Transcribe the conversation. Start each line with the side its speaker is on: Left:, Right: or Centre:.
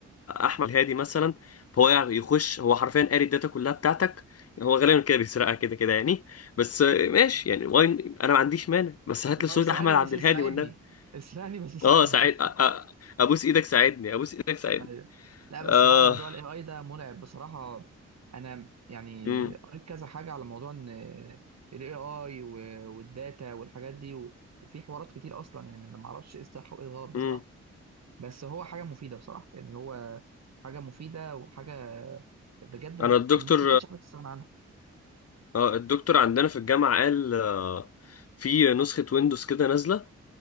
Left: احمد هادي مثلا فهو يعني يخش هو حرفيا قاري الداتا كلها بتاعتك هو غالبا كده بيسرقها كده كده يعني بس آه، ماشي يعني واين انا ما عنديش مانع بس هات
Right: اللي
Left: لي صورة
Right: هو اسرقني
Left: احمد عبد
Right: بس يساعدني
Left: الهادي والنبي
Right: <laughs> اسرقني بس يساعدني
Left: اه ساعد أ- أ- ابوس ايدك ساعدني ابوس ايدك ساعدني
Right: ايوه لا
Left: اه
Right: بس هو موضوع الاي اي ده مرعب بصراحه انا يعني
Left: امم
Right: قريت كذا حاجه على موضوع ان الاي اي والداتا والحاجات دي و- وفي حوارات كتير اصلا يعني انا ما اعرفش ايه الصح وايه الغلط بصراحه
Left: امم
Right: بس هو حاجه مفيده بصراحه يعني هو حاجه مفيده وحاجه بجد م-
Left: انا الدكتور
Right: الناس ما بقتش عارفه تستغنى عنها
Left: اه الدكتور عندنا في الجامعة قال آه، في نسخة ويندوز كده نازلة